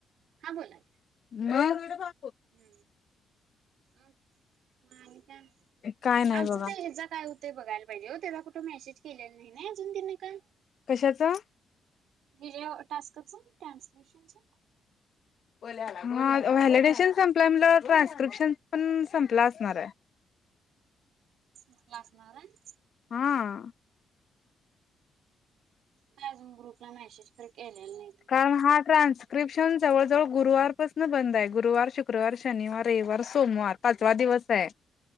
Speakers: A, on the right; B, on the left.
A: हा बोला
B: मग
A: ह... मग आणि काय?
B: काय नाही
A: आमचं
B: बघा
A: ते ह्याचं काय होतंय बघायला पाहिजे हो, त्याचा कुठं मेसेज केलेला नाई ना अजून त्याने काई
B: कशाचं?
A: हे जे टास्कच ट्रान्सलेशनच.
B: मग व्हॅलिडेशन संपलंय म्हलं... ट्रान्स्क्रिप्शन पण संपलं असणार ए
A: <unintelligible>
B: हां.
A: काय अजून ग्रुपला मेसेज पण केलेला नाही.
B: कारण हा ट्रान्स्क्रिप्शन जवळजवळ गुरुवारपासून बंद आहे गुरुवार, शुक्रवार शनिवार, रविवार, सोमवार पाचवा दिवस आहे.